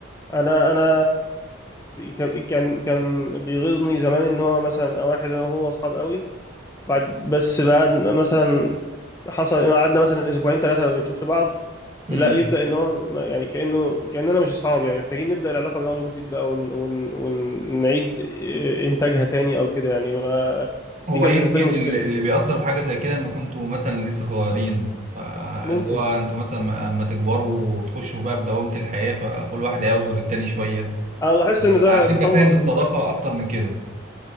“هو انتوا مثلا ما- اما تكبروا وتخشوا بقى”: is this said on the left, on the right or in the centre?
Right